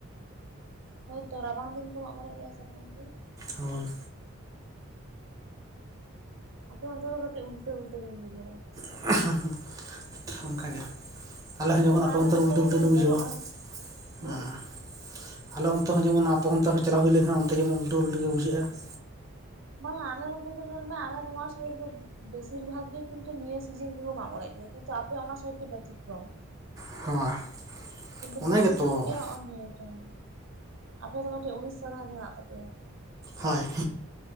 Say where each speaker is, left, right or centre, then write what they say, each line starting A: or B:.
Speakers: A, on the right; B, on the right.
A: ᱦᱳᱭᱛᱚ ᱨᱟᱵᱟᱝ ᱫᱤᱱ ᱯᱮ ᱢᱟᱜ ᱢᱚᱬᱮᱜ ᱜᱮᱭᱟ ᱥᱮ ᱟᱯᱮ ᱚᱱᱛᱮ?
B: ᱦᱳᱭ᱾
A: ᱟᱯᱮ ᱚᱱᱛᱮ ᱫᱚ ᱠᱟᱹᱴᱤᱡ ᱩᱞᱴᱟᱹ ᱩᱞᱴᱟᱹ ᱜᱮᱧ ᱵᱩᱡᱷᱟᱹᱣᱟ ᱾
B: <unintelligible> ᱚᱱᱠᱟᱜᱮ, ᱟᱞᱮ
A: ᱱᱚᱜᱼᱚ
B: ᱦᱚᱸ ᱡᱚᱡᱷᱚᱱ
A: ᱱᱟ
B: ᱟᱯᱮ
A: ᱟᱞᱮ
B: ᱚᱱᱛᱮ
A: ᱱᱚᱛᱮ
B: ᱩᱞᱴᱟᱹ
A: ᱨᱮ
B: ᱩᱞᱴᱟᱹ
A: ᱧᱮᱞ
B: ᱞᱮ ᱵᱩᱡᱷᱟᱹᱣᱟ
A: ᱢᱮ ᱦᱚᱸᱜᱼᱚᱭ ᱦᱮᱸ
B: ᱟᱸ ᱼᱼ ᱟᱞᱮ ᱚᱱᱛᱮ ᱦᱚᱸ ᱡᱮᱢᱚᱱ ᱟᱯᱮ ᱚᱱᱛᱮ ᱦᱚᱸ ᱪᱟᱞᱟᱣ ᱦᱩᱭ ᱞᱮᱱᱠᱷᱟᱱ ᱚᱱᱛᱮ ᱡᱮᱢᱚᱱ ᱩᱞᱴᱟᱹ ᱩᱞᱴᱟᱹ ᱜᱮ ᱵᱩᱡᱷᱟᱹᱜ-ᱟ ᱾
A: ᱵᱟᱝᱟ ᱟᱞᱮ ᱱᱚᱛᱮ ᱫᱚ ᱧᱮᱞ ᱢᱮ ᱟᱞᱮ ᱱᱚᱣᱟ ᱥᱟᱭᱤᱰ ᱫᱚ ᱵᱮᱥᱤᱨ ᱵᱷᱟᱜᱽ ᱜᱮ ᱠᱤᱱᱛᱩ ᱱᱤᱭᱟᱹ ᱥᱤᱡᱤᱱ ᱠᱚ ᱢᱟᱜ ᱢᱚᱬᱮᱜ ᱜᱮᱭᱟ ᱠᱤᱱᱛᱩ ᱟᱯᱮ ᱚᱱᱟ ᱥᱟᱭᱤᱰ ᱜᱮ ᱵᱮᱛᱤᱠᱨᱚᱢ ᱾
B: <inaudible>
A: ᱠᱤᱱᱛᱩ ᱵᱮᱥᱤᱨ
B: ᱜᱮᱛᱚ
A: ᱵᱷᱟᱜᱽ ᱚᱸ ᱜᱮ ᱱᱤᱭᱟᱹ ᱴᱤᱭᱤᱢ ᱟᱯᱮ ᱫᱚ ᱠᱟᱹᱴᱤᱡ ᱩᱲᱤᱥᱥᱟ ᱵᱷᱟᱵ ᱢᱮᱱᱟᱜ ᱛᱟᱯᱮᱭᱟ᱾
B: ᱦᱳᱭ